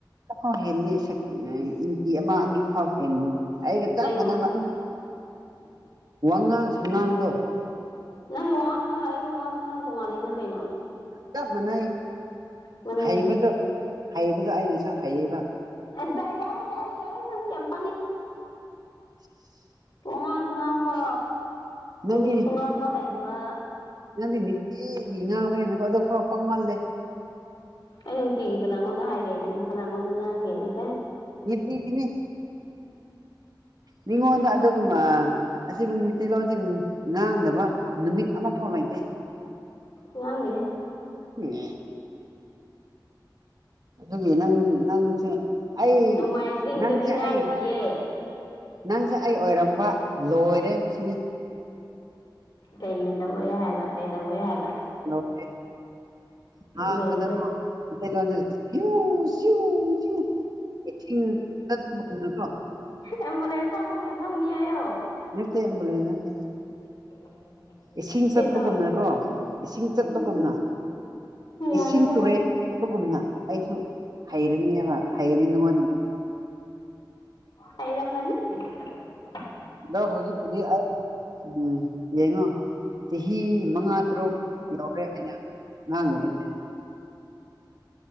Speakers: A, on the right (about 55°); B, on the left (about 65°).
A: ꯐꯥꯎ ꯍꯦꯟꯗꯦ ꯏꯟꯆꯤꯥ ꯑꯃ ꯑꯅꯤ ꯐꯥꯎ ꯍꯦꯟꯂꯤ ꯑꯩꯒ ꯆꯞ
B: ꯀꯩꯅꯣ
A: ꯃꯥꯟꯅꯕ ꯎꯝ ꯋꯥꯉꯥꯡ ꯁꯉꯥꯡꯗꯣ
B: ꯅꯪꯒꯤ ꯋꯥꯉꯥꯡ ꯁꯥꯉꯥꯡꯒꯥ ꯑꯩ ꯋꯥꯉꯥꯡ ꯁꯥꯉꯥꯡ ꯇꯣꯡꯉꯥꯂꯤꯅ ꯀꯩꯅꯣ
A: ꯆꯞ ꯃꯥꯟꯅꯩ
B: ꯃꯥꯟꯅꯗꯦ
A: ꯍꯩꯕꯗꯨ ꯍꯩꯕꯗꯨ ꯑꯩꯅꯁꯨ ꯍꯩꯕ
B: ꯗ ꯌꯥꯔꯦ ꯌꯥꯔꯦ ꯌꯥꯔꯦ ꯅꯪ ꯌꯝ ꯄꯪꯉꯦ
A: <inaudible>
B: ꯋꯥꯉꯥꯡ ꯁꯥꯉꯥꯡꯁꯨ
A: ꯅꯪꯒꯤ
B: ꯆꯨꯝꯅꯁꯨ ꯉꯥꯡꯕ ꯍꯩꯗꯕ
A: ꯅꯪꯗꯤ ꯅꯤꯇꯤꯒꯤ ꯉꯥꯡꯕꯅꯦꯅꯀꯣ ꯑꯗꯣꯐ ꯄꯪꯃꯜꯂꯦ
B: ꯑꯩ ꯅꯨꯡꯇꯤꯒꯤ ꯀꯅꯥꯉꯣꯟꯗ ꯍꯥꯏꯒꯦꯅꯦ ꯀꯅꯥꯉꯣꯟꯗ ꯉꯥꯡꯒꯦꯅꯦꯒ
A: ꯅꯨꯡꯇꯤ ꯒꯤꯅꯤ ꯃꯤꯉꯣꯟꯗ ꯑꯗꯨꯒꯨꯝꯕ ꯑꯁꯤꯒꯨꯝꯕ ꯃꯤꯇꯩꯩꯇꯩꯂꯣꯟꯁꯤꯡ ꯉꯥꯡꯗꯕ ꯅꯨꯃꯤꯠ ꯑꯃꯐꯥꯎ ꯂꯩꯇꯦ
B: ꯉꯥꯡꯗꯦ
A: <inaudible> ꯑꯗꯨꯒꯤ ꯅꯪ ꯅꯪꯁꯦ ꯑꯩ
B: ꯅꯣꯡꯃꯥꯏꯖꯤꯡꯗꯗꯤ
A: ꯅꯪꯁꯦ
B: ꯉꯥꯡꯗꯤꯌꯦ
A: ꯑꯩ ꯅꯪꯁꯦ ꯑꯩ ꯑꯣꯏꯔꯝꯕ ꯂꯣꯏꯔꯦ ꯁꯤꯅꯤ
B: ꯀꯩ ꯂꯣꯏꯔꯦ ꯍꯥꯏꯕ ꯀꯩꯗꯧꯏ ꯍꯥꯏꯕ
A: ꯑꯣꯀꯦ <inaudible> ꯉꯥꯡꯕꯗꯥꯀꯣꯃꯩꯇꯩ
B: ꯂꯣꯏꯕꯗ
A: ꯂꯣꯟꯁꯦ ꯆꯤꯎ ꯆꯤꯌꯨ ꯅꯀꯣ <inaudible>
B: ꯑꯦꯝꯕꯤꯂꯦꯟꯁ ꯊꯧꯕ ꯒꯨꯝꯅ ꯊꯧꯅꯤ ꯍꯥꯏꯌꯨ
A: ꯅꯠꯇ ꯑꯦꯝꯕꯨꯂꯦꯟꯁ ꯅꯠꯇꯦ
B: <inaudible>
A: ꯏꯁꯤꯡ ꯆꯠꯄꯒꯨꯝꯅꯀꫭ
B: ꯀꯩꯅꯣ
A: ꯏꯁꯤꯡ ꯆꯠꯄꯒꯨꯝꯅ
B: ꯎꯝ ꯌꯥꯔꯦ
A: ꯏꯁꯤꯡ
B: ꯌꯥꯔꯦ ꯌꯥꯔꯦ
A: ꯇꯨꯔꯦꯟꯕꯒꯨꯝꯅ ꯑꯩꯁꯨ ꯍꯩꯔꯅꯤꯕ ꯍꯩꯔꯅꯤ ꯅꯉꯣꯟ
B: ꯍꯩꯔꯝꯃꯟ ꯦ <inaudible>
A: ꯑꯗꯣ ꯍꯧꯖꯤꯛꯄꯨꯗꯤ ꯑꯩ ꯎ ꯌꯦꯡꯉꯣ ꯆꯍꯤ ꯃꯉꯥ ꯇꯔꯨꯛ <unintelligible> ꯑꯩꯅ ꯉꯥꯡꯅꯕꯅꯦ